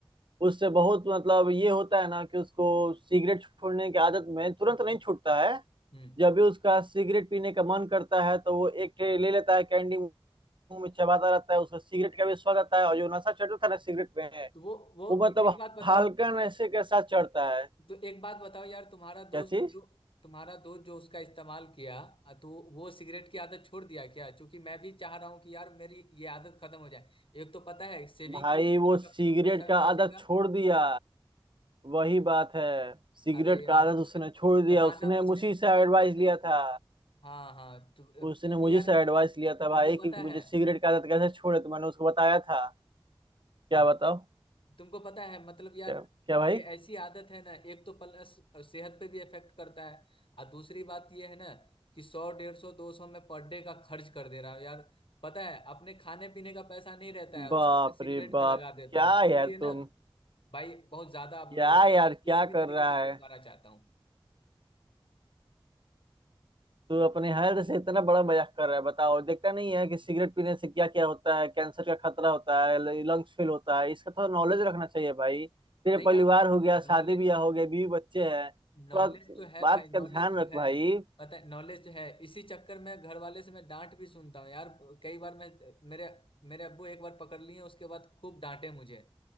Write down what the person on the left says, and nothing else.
हम्म
तो वो वो
ए-
एक बात बताओ
तो एक बात बताओ यार तुम्हारा दोस्त
जो तुम्हारा दोस्त जो उसका इस्तेमाल किया आ, तो वो सिगरेट की आदत छोड़ दिया क्या क्योंकि मैं भी चाह रहा हूँ कि यार मेरी ये आदत खत्म हो जाए एक तो पता है सेविंग
भी होगी
कम
से कम पैसा भी
बचेगा
अरे यार
तो
फिर
बताना
मुझे
हाँ हाँ तो क्योंकि
यार
तुमको
पता
है
हम्म,
तुमको पता है मतलब यार
ये ऐसी आदत है ना एक तो प्लस सेहत पे भी इफेक्ट करता है और दूसरी बात ये है ना कि सौ डेढ़ सौ दो सौ में पर डे का खर्च कर दे रहा हूँ यार पता है अपने खाने पीने का पैसा नहीं रहता है
उसको मैं सिगरेट
में
लगा देता
हूँ इसलिए
ना
भाई बहुत ज्यादा अब
ये हो गया
मैं
किसी भी
तरीके
से छुटकारा
चाहता हूँ
नहीं यार
नॉलेज
नॉलेज
तो है
भाई नॉलेज
तो
है
पता है नॉलेज तो है इसी चक्कर में घर वाले से मैं डांट भी सुनता हूँ यार कई बार मैं मेरे मेरे अब्बू एक बार पकड़ लिए उसके बाद खूब डांटे मुझे